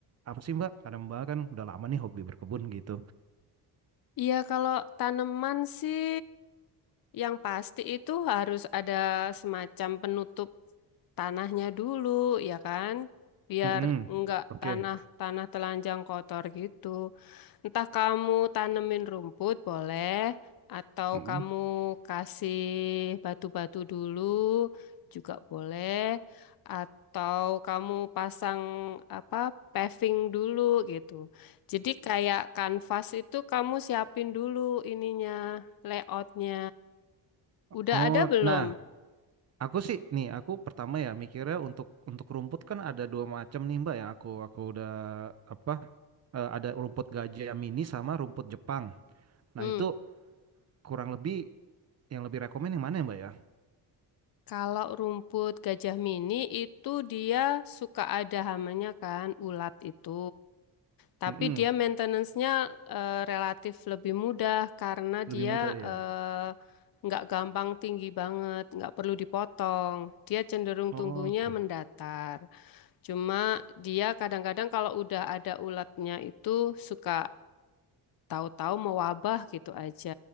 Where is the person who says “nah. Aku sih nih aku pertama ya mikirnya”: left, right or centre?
Right